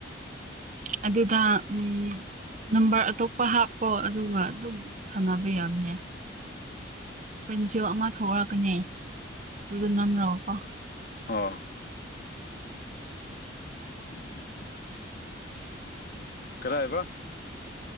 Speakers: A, on the right; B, on the left.
A: ꯑꯗꯨꯗ ꯎꯝ ꯅꯝꯕꯔ ꯑꯇꯣꯞꯄ ꯍꯥꯞꯄꯣ ꯑꯗꯨꯒ ꯑꯗꯨꯝ ꯁꯥꯟꯅꯕ ꯌꯥꯝꯅꯦ ꯄꯟꯖꯣ ꯑꯃ ꯊꯣꯛꯂꯛꯀꯅꯤ ꯑꯗꯨ ꯅꯝꯔꯣꯀꯣ
B: ꯑꯣ <inaudible> ꯀꯔꯑꯕ